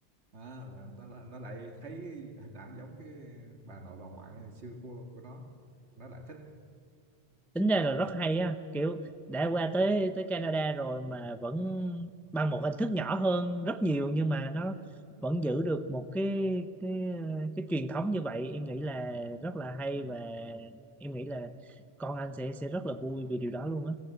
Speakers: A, on the right; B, in the centre.
A: à, là nó, nó nó lại thấy hình ảnh giống cái bà nội bà ngoại xưa của của nó nó lại thích
B: tính ra là rất hay á kiểu đã qua tới tới Canada rồi mà vẫn bằng một hình thức nhỏ hơn rất nhiều nhưng mà nó vẫn giữ được một cái cái cái truyền thống như vậy em nghĩ là rất là hay và em nghĩ là con anh sẽ sẽ rất là vui vì điều đó luôn á